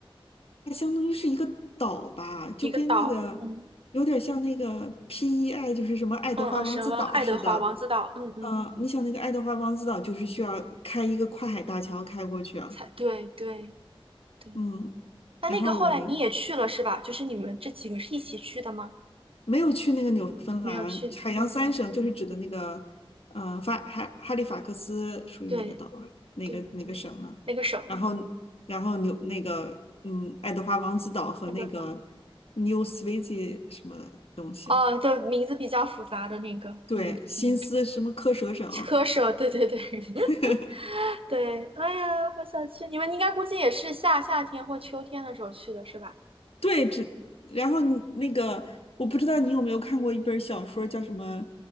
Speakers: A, on the left; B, on the right.
A: 它相当于是一个岛吧，就跟那个
B: 一个岛，嗯，
A: 有点像那个 PEI，就是什么爱德华王子岛似的。
B: 嗯嗯，什么爱德华王子岛，嗯嗯嗯，
A: 嗯、你想那个爱德华王子岛就是需要开一个跨海大桥开过去啊
B: 才对对对。
A: 嗯，
B: 那那个后来你也去了是吧？
A: 然后我们
B: 就是你们这几个是一起去的吗？
A: 没有去那个纽芬兰，
B: 没有去，
A: 海洋三省就是指的那个，
B: 嗯，嗯
A: 呃，法哈哈利法克斯属于哪个岛啊？
B: 对
A: 哪个哪个省呢？
B: 对对，那个省，
A: 然后然后纽那个嗯，
B: 嗯，
A: 爱德华王子岛和那个
B: 爱德华，
A: New Sweden 什么东西？
B: 哦，就名字比较复杂的那个，
A: 对，
B: 嗯嗯，
A: 新思什么科舍省，
B: 科舍，对对对，<laughs>
A: <laughs>
B: 对，哎呀，好想去！你们应该估计也是夏夏天或秋天的时候去的是吧？
A: 对，只然后你那个我不知道你有没有看过一本小说叫什么，
B: 嗯，